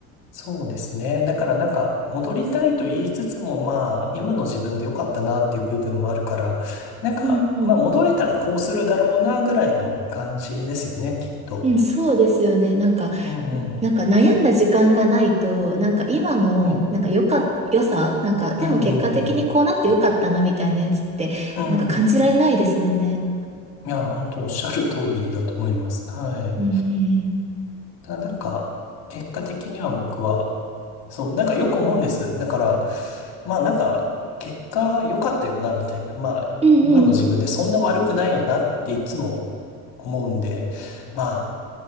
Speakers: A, on the left (about 60°); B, on the right (about 15°).
A: そうですね。だからなんか、戻りたいと言いつつも、まあ、今の自分で良かったなっていう部分もあるから、なんか、
B: うん
A: まあ、戻れたらこうするだろうなぐらいの感じですよね、きっと。
B: うん、そうですよね。なんか、
A: うんうん。
B: なんか悩んだ時間がないと、なんか今の、
A: はい。
B: なんか良かっ、良さなんか、でも結果的にこうなって良かったなみたいなやつって、
A: うんうんうん。うん。
B: なんか感じられないですもんね。
A: いや、本当おっしゃる通りだと思います。はい。
B: うん
A: ただなんか、結果的には僕は、そう、なんかよく思うんです。だから、まあなんか、結果良かったよな、みたいな。まあ、
B: うんうん。
A: 今の自分でそんな悪くないよなっていつも思うんで、
B: うんうん。
A: まあ、